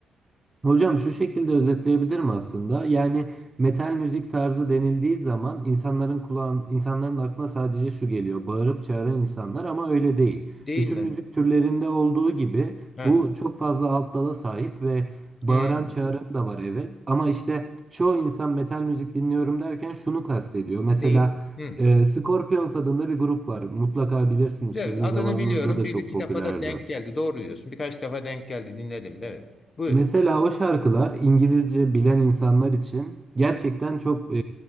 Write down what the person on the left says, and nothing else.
Değil
mi?
Ha.
Hmm.
Değil. Hmm.
Evet,
adını
biliyorum.
Bir
iki
defa da denk geldi. Doğru diyorsun. Birkaç defa denk geldi. Dinledim. Evet. Buyur.